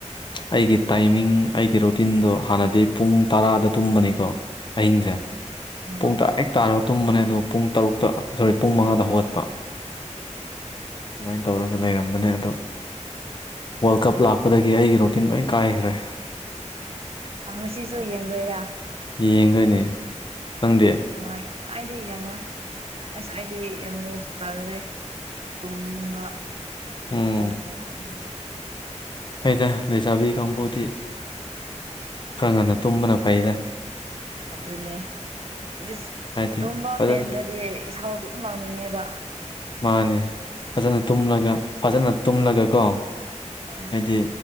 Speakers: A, on the left (about 40°); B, on the right (about 50°).
A: ꯑꯩꯒꯤ ꯇꯥꯏꯃꯤꯡ ꯑꯩꯒꯤ ꯔꯨꯇꯤꯟꯗꯣ ꯍꯥꯟꯅꯗꯤ ꯄꯨꯡ ꯇꯔꯥꯗ ꯇꯨꯝꯕꯅꯤꯀꯣ ꯑꯍꯤꯡꯁꯦ
B: ꯎꯝ ꯎꯝ
A: ꯄꯨꯡ ꯇꯔꯥ ꯍꯦꯛ ꯇꯥꯔꯕ ꯇꯨꯝꯕꯅꯦ ꯑꯗꯨꯒ ꯄꯨꯡ ꯇꯔꯨꯛꯇ ꯁꯣꯔ ꯄꯨꯡ ꯃꯉꯥꯗ ꯍꯧꯒꯠꯄ ꯑꯗꯨꯃꯥꯏꯅ ꯇꯧꯔꯒ ꯂꯩꯔꯝꯕꯅꯦ ꯑꯗꯣ ꯋꯥꯔꯜ ꯀꯞ ꯂꯥꯛꯄꯗꯒꯤ ꯑꯩꯒꯤ ꯔꯣ ꯇꯤꯟ ꯂꯣꯏ ꯀꯥꯏꯈ꯭ꯔꯦ
B: ꯉꯁꯤꯁꯨ ꯌꯦꯡꯗꯣꯏꯔꯥ
A: ꯌꯦꯡꯗꯣꯏꯅꯦ ꯅꯪꯗꯤ
B: ꯖ ꯑꯩꯗꯤ ꯌꯦꯡꯉꯣꯏ ꯑꯁ ꯑꯩꯗꯤ ꯌꯦꯡꯉꯣꯁꯨ ꯇꯜꯂꯦ ꯇꯨꯝꯅꯤꯡꯕ
A: ꯎꯝ
B: ꯇꯝꯍꯟꯅꯤꯡꯕ
A: ꯑꯩꯗ ꯂꯩꯁꯥꯕꯤ ꯀꯥꯡꯕꯨꯗꯤ ꯈꯔ ꯉꯟꯅ ꯇꯨꯝꯕꯅ ꯐꯩꯗ
B: ꯑꯗꯨꯅꯦ ꯏꯁ
A: ꯍꯥꯏꯗꯤ
B: ꯇꯣꯝꯕ
A: ꯐꯖꯅ
B: ꯄꯦꯟꯗ꯭ꯔꯗꯤ ꯏꯁꯥꯎ ꯑꯗꯨꯝ ꯂꯥꯡꯅꯤꯡꯉꯦꯕ
A: ꯃꯥꯅꯦ ꯐꯖꯅ ꯇꯨꯝꯂꯒ ꯐꯖꯅ ꯇꯨꯝꯂꯒꯀꯣ
B: ꯎ
A: ꯍꯥꯏꯗꯤ